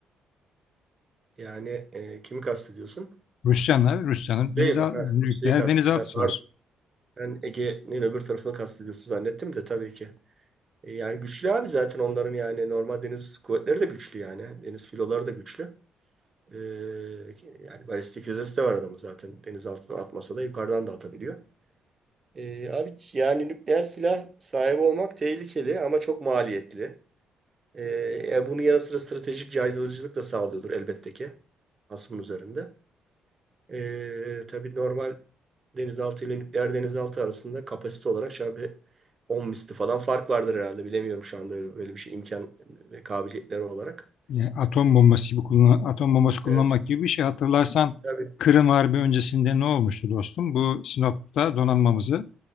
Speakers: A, on the right; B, on the left.
A: Yani e, kimi kastediyorsun?
B: Rusya'nın, Rusya'nın
A: Değil
B: denizal,
A: mi? Ha,
B: nükleer
A: Rusya'yı kastediyorsun.
B: denizaltısı
A: Ha, pardon.
B: var.
A: Ben Ege'nin öbür tarafını kastediyorsun zannettim de tabii ki. E, yani güçlü abi zaten onların yani normal deniz kuvvetleri de güçlü yani. Deniz filoları da güçlü. E, yani balistik füzesi de var adamın zaten. Deniz altından atmasa da yukarıdan da atabiliyor. E, abi yani nükleer silah sahibi olmak tehlikeli ama çok maliyetli. E, e, bunun yanı sıra stratejik caydırıcılık da sağlıyordur elbette ki hasımın üzerinde. Ee, tabii normal denizaltı ile nükleer denizaltı arasında kapasite olarak şöyle 10 misli falan fark vardır herhalde. Bilemiyorum şu anda öyle böyle bir şey imkan ve kabiliyetleri olarak.
B: Yani atom bombası gibi kullan atom bombası kullanmak
A: Evet,
B: gibi bir şey. Hatırlarsan
A: tabii.
B: Kırım Harbi öncesinde ne olmuştu dostum? Bu Sinop'ta donanmamızı